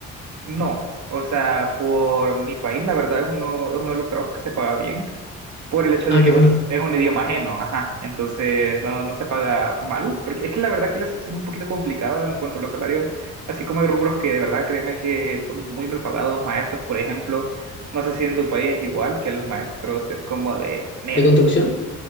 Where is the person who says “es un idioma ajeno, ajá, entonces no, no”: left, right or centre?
Right